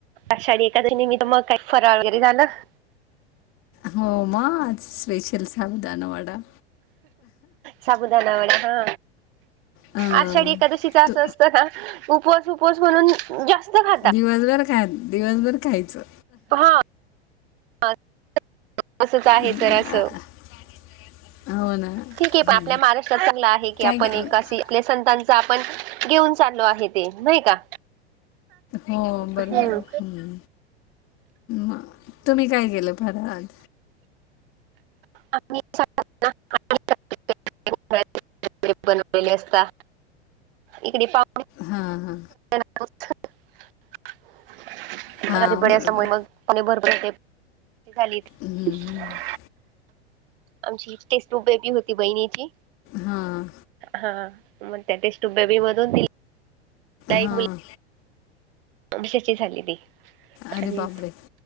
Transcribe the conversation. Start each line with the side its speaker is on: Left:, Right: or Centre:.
Right: आषाढ <unintelligible> मी तर मग काही फरळ वगैरे झालं?
Left: हो मा आज स्पेशल साबुदाणा वडा.
Right: साबुदाणा वडा हा.
Left: अ,
Right: आषाढी एकादशीचा असं
Left: तो
Right: असतं ना उपवास उपवास म्हणून जास्त खा
Left: दिवसभर खात दिवसभर खायचं.
Right: हा <unintelligible> असंच आहे
Left: उम्म
Right: तर असं
Left: आ हो ना.
Right: ठीक आहे पण
Left: हो.
Right: आपल्या महाराष्ट्रात चांगलं आहे की
Left: काय
Right: आपण
Left: काय-
Right: एकासी आपल्या संतान आपण घेऊन चाललो आहे ते नाही का.
Left: हो बरोबर
Right: हम्म.
Left: हम्म म तुम्ही काय केलं फराळ आज?
Right: <unintelligible> <unintelligible> बनवले असता इकडे पाहु
Left: हा हा.
Right: <unintelligible> असल्यामुळे
Left: हां बरोबर
Right: मग. <unintelligible>
Left: हम्म, हम्म.
Right: आमची टेस्ट ट्यूब बेबी होती बहिणीची.
Left: हां.
Right: हा मग त्या टेस्ट ट्यूब बेबी मधून. <unintelligible>
Left: हां
Right: मीशाची झाली ती
Left: अरे
Right: आणि
Left: बापरे